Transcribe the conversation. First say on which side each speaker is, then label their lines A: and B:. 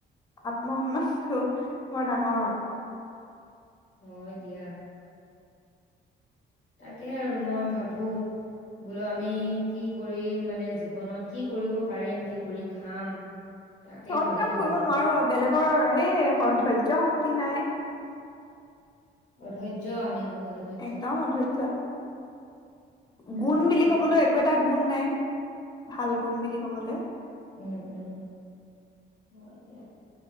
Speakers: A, on the left (about 20°); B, on the left (about 75°).
A: আত্মসন্মাতো। বৰ ডাঙৰ।
B: হয় দিয়া। তাকে আৰু মই ভাবো বোলো আমি কি কৰিম মানে জীৱনত কি কৰিব পাৰিম কি কৰি খাম। তাকে
A: চব
B: ভাবি
A: কাম
B: থাকো
A: কৰিব নোৱাৰো আৰু বেলেগ। ৰ এই ধৈৰ্য্য শক্তি নাই।
B: অধৈৰ্য আমি। বহুত অধৈৰ্য্য
A: একদম অৰ্ধয্য। গুণ
B: হয়
A: বুলি
B: দিয়া
A: কবলৈ একো এটা গুণ নাই ভাল গুণ বুলি কবলৈ।
B: উম উম হয় দিয়া